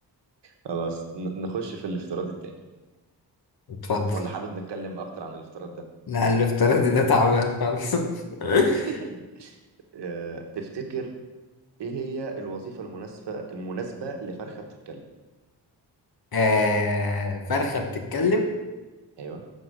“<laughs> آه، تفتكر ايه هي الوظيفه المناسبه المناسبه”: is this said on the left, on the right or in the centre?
Right